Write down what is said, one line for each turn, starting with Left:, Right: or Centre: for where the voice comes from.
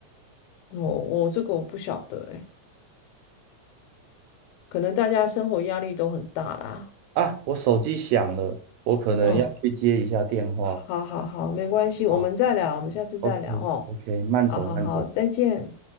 Left: 我我这个我不晓得诶，可能大家生活压力都很大啦，
Right: 啊！我手机响了，我可能要去接一下电话
Left: 嗯，好好好，没关系，
Right: 啊。
Left: 我们再聊，我们下次再聊哦，
Right: OK OK，慢走慢走。
Left: 好好好，再见。